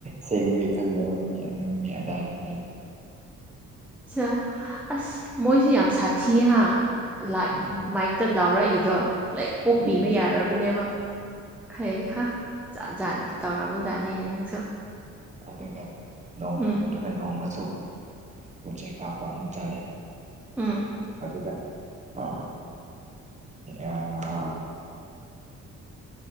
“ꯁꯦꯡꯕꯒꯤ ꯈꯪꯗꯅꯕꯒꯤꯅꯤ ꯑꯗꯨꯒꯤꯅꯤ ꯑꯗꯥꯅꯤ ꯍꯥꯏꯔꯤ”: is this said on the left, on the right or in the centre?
Right